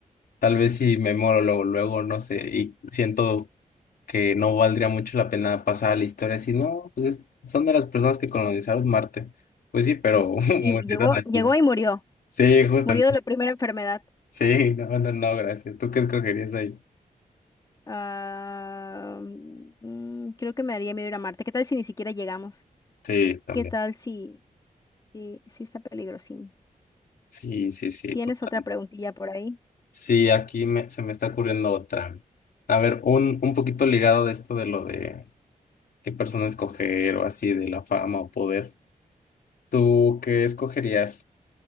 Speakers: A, on the left; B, on the left.
A: tal vez si me muero luego, luego, no sé, y siento que no valdría mucho la pena pasar a la historia si no, pues es- son de las personas que colonizaron Marte. Pues sí, pero <laughs> murieron
B: Y llegó,
A: aquí.
B: llegó y murió.
A: Sí, justo.
B: Murió de la primera enfermedad.
A: Sí, no, no, no, gracias. ¿Tú qué escogerías ahí?
B: Ah, mm, creo que me daría miedo ir a Marte. ¿Qué tal si ni siquiera llegamos?
A: Sí, también.
B: ¿Qué tal si Sí, sí está peligrosísimo.
A: Sí, sí, sí,
B: ¿Tienes
A: total.
B: otra preguntilla por ahí?
A: Sí, aquí me- se me está ocurriendo otra. A ver, un, un poquito ligado de esto de lo de qué persona escoger o así, de la fama o poder. ¿Tú qué escogerías?